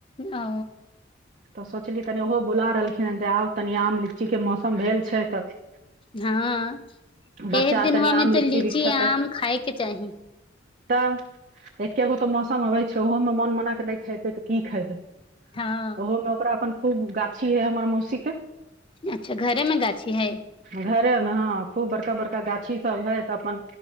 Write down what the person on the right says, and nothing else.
तऽ सोचली तनि ओहो बुला रहलखिन हेँ जे आउ तनि आम लीचीके मौसम भेल छै तऽ
बच्चा
आर
तनि आम
भी खेतै
तब एकेगो तो मौसम आबे छै ओहो में मन मना के नहि खेबै तऽ की खयबै
ओहोमे ओकरा अपन खूब गाछी है हमर मौसी के
घरे में ह खूब बड़का बड़का गाछी सब है तऽ अपन